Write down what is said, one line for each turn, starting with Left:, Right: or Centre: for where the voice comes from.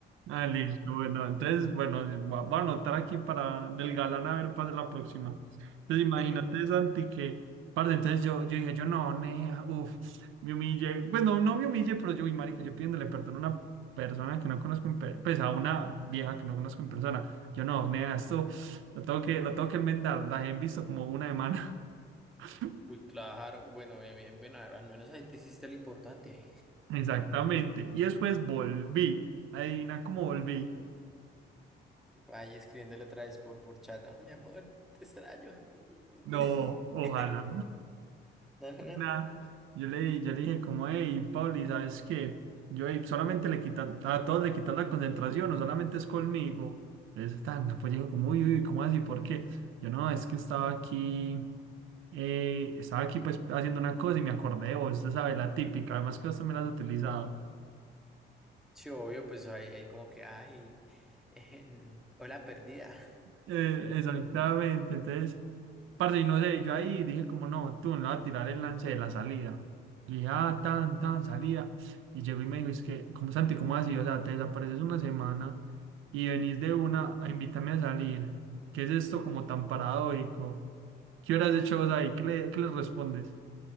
Right: Ah, listo. Bueno, entonces, bueno, va- voy a anotar aquí para del galán a ver para la próxima. Entonces, imagínate,
Centre: <laughs>
Right: Santi, que, parce, entonces yo, yo dije, yo no, nea, uff, me humillé. Pues no, no me humillé, pero yo, uy, marica, yo pidiéndole perdón a una persona que no conozco en persona, pues a una vieja que no conozco en persona. Yo no, nea, esto lo tengo que, lo tengo que enmendar. La he visto como una semana. <laughs>
Centre: Uy, claro, bueno, bien, bien, bien, al menos ahí te hiciste lo importante.
Right: Exactamente. Y después volví. Adivina cómo volví.
Centre: Ahí escribiéndole otra vez por, por chat. "Ah, mi amor, te extraño. <laughs>
Right: No, ojalá.
Centre: No, no, no.
Right: Nah, yo le, yo le dije como, hey, Pauli, ¿sabes qué? Yo, "Ey, solamente le quita, a todos le quitas la concentración, o solamente es conmigo. Entonces, tan, no, pues digo como, uy, uy, ¿cómo así? ¿Por qué? Yo, no, es que estaba aquí, eh, estaba aquí pues haciendo una cosa y me acordé de vos, usted sabe, la típica, además que vos también la has utilizado.
Centre: Sí, obvio, pues hay hay como que, ay, eh, hola perdida.
Right: Eh, exactamente, entonces, parce, y no sé, yo ahí dije como no, tú no vas a tirar el lance de la salida. Y dije, ah, tan, tan, salida. Y llegó y me dijo, es que, como Santi, ¿cómo así? O sea, te desapareces una semana y venís de una a invitarme a salir. ¿Qué es esto como tan paradójico? ¿Qué horas de hecho vos ahí? ¿Qué le, qué le respondes?